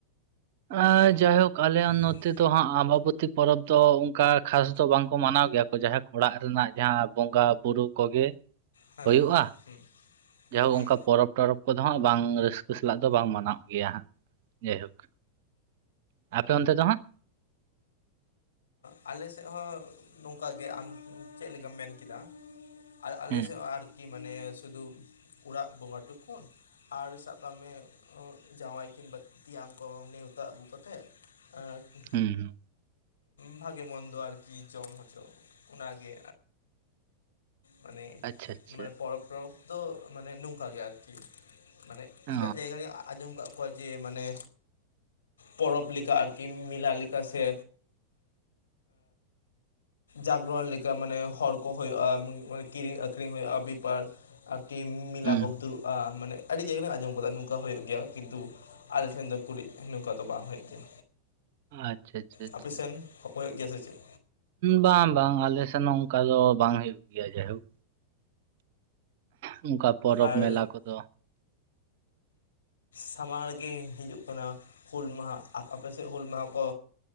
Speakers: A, on the right; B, on the left.
A: ᱟ ᱡᱟᱭᱦᱳᱠ ᱟᱞᱮ
B: ᱦᱩᱸ
A: ᱱᱚᱛ ᱛᱚ ᱦᱟᱸᱜ ᱟᱵᱟᱵᱚᱛᱤ ᱯᱚᱨᱚᱵᱽ ᱫᱚ ᱚᱱᱠᱟ ᱠᱷᱟᱥ ᱫᱚ ᱵᱟᱝᱠᱚ ᱢᱟᱱᱟᱣ ᱜᱮᱭᱟ ᱠᱚ ᱡᱟᱸᱦᱟ ᱚᱲᱟᱜ ᱨᱮᱱᱟᱜ ᱡᱟᱸᱦᱟ ᱵᱚᱸᱜᱟ ᱵᱩᱨᱩ ᱠᱚᱜᱮ
B: ᱦᱮᱸ
A: ᱦᱳᱭᱳᱜᱼᱟ
B: ᱦᱮᱸ ᱦᱩᱸ
A: ᱡᱟᱭᱦᱳᱠ
B: ᱦᱩᱸ
A: ᱚᱱᱠᱟ ᱯᱚᱨᱚᱵᱽ ᱴᱚᱨᱚᱵ ᱠᱚᱫᱚ ᱦᱟᱸᱜ ᱵᱟᱝ ᱨᱟᱹᱥᱠᱟᱹ ᱥᱟᱞᱟᱜ ᱫᱚ ᱵᱟᱝ ᱢᱟᱱᱟᱣ ᱜᱮᱭᱟ ᱦᱟᱸᱜ ᱡᱟᱭᱦᱳᱠ ᱟᱯᱮᱚᱱᱛᱮ ᱫᱚᱦᱟᱜ
B: ᱟᱞᱮ ᱥᱮᱫ ᱦᱚᱸ ᱱᱚᱝᱠᱟ ᱜᱮ ᱟᱢ ᱪᱮᱫ ᱞᱮᱠᱟᱢ ᱢᱮᱱ ᱠᱮᱫᱟ ᱟᱢ ᱟᱨ ᱟᱞᱮ
A: ᱦᱮᱸ
B: ᱥᱮᱫ ᱦᱚᱸ ᱟᱨᱠᱤ ᱢᱟᱱᱮ ᱥᱩᱫᱩ ᱚᱲᱟᱜ ᱵᱚᱸᱜᱟ ᱴᱩ ᱠᱩᱱ ᱟᱨ ᱥᱟᱵ ᱠᱟᱜ ᱢᱮ ᱡᱟᱶᱟᱭ ᱠᱤᱱ ᱛᱮᱧᱟᱝ ᱠᱚ ᱱᱮᱣᱛᱟ ᱟᱹᱜᱩ ᱠᱟᱛᱮᱫ <unintelligible> ᱟᱪᱪᱷᱟ
A: ᱦᱩᱸ ᱦᱩᱸ
B: ᱵᱷᱟᱜᱮ ᱢᱚᱱᱫᱚ ᱟᱨᱠᱤ ᱡᱚᱢ ᱦᱚᱪᱚ ᱚᱱᱟ ᱜᱮ ᱢᱟᱱᱮ
A: ᱟᱪᱪᱷᱟ ᱟᱪᱪᱷᱟ
B: ᱢᱟᱱᱮ ᱯᱚᱨᱚᱵᱽ ᱴᱚᱨᱚᱵ ᱫᱚ ᱢᱟᱱᱮ ᱱᱚᱝᱠᱟ ᱜᱮ ᱟᱨᱠᱤ ᱢᱟᱱᱮ
A: ᱚ
B: ᱮᱴᱟᱜ ᱡᱟᱭᱜᱟ ᱨᱮᱧ ᱟᱸᱡᱚᱢ ᱠᱟᱜ ᱠᱚᱣᱟ ᱡᱮ ᱢᱟᱱᱮ ᱯᱚᱨᱚᱵᱽ ᱞᱮᱠᱟ ᱟᱨᱠᱤ ᱢᱮᱞᱟ ᱞᱮᱠᱟ ᱥᱮ ᱡᱟᱜᱽᱨᱚᱱ ᱞᱮᱠᱟ ᱢᱟᱱᱮ ᱦᱚᱲ ᱠᱚ ᱦᱳᱭᱳᱜᱼᱟ ᱢᱟᱱᱮ ᱠᱤᱨᱤᱧ ᱟᱹᱠᱷᱨᱤᱧ ᱦᱳᱭᱳᱜᱼᱟ ᱵᱮᱯᱟᱨ ᱟᱨᱠᱤ ᱢᱮᱞᱟ
A: ᱦᱩᱸ
B: ᱠᱚ ᱫᱩᱲᱩᱵᱟ ᱢᱟᱱᱮ ᱟᱹᱰᱤ ᱡᱟᱭᱜᱟ ᱨᱮ ᱟᱸᱡᱚᱢ ᱟᱠᱟᱫᱟ ᱱᱚᱝᱠᱟ ᱦᱳᱭᱳᱜ ᱜᱮᱭᱟ ᱠᱤᱱᱛᱩ ᱟᱞᱮ ᱴᱷᱮᱱ ᱫᱚ <unintelligible> ᱱᱚᱝᱠᱟ ᱫᱚ ᱵᱟᱝ ᱦᱳᱭᱳᱜ ᱜᱮᱭᱟ
A: ᱟᱪᱪᱷᱟ ᱟᱪᱪᱷᱟ ᱟᱪᱪᱷᱟ
B: ᱟᱯᱮ ᱥᱮᱱ <unintelligible> ᱜᱮᱭᱟ ᱥᱮ ᱪᱮᱫ
A: ᱵᱟᱝ ᱵᱟᱝ ᱟᱞᱮ ᱥᱮᱱ ᱦᱚᱸ ᱚᱱᱠᱟ ᱫᱚ ᱵᱟᱝ ᱦᱳᱭᱳᱜ ᱜᱮᱭᱟ ᱡᱟᱭᱦᱳᱠ ᱚᱱᱠᱟ ᱯᱚᱨᱚᱵᱽ
B: ᱟᱨ
A: ᱢᱮᱞᱟ ᱠᱚᱫᱚ
B: ᱥᱟᱢᱟᱝ ᱨᱮᱜᱮ ᱦᱤᱡᱩᱜ ᱠᱟᱱᱟ ᱦᱩᱹᱞ ᱢᱟᱦᱟ ᱟᱯᱮ ᱥᱮᱫ ᱦᱩᱹᱞ ᱢᱟᱦᱟ ᱠᱚ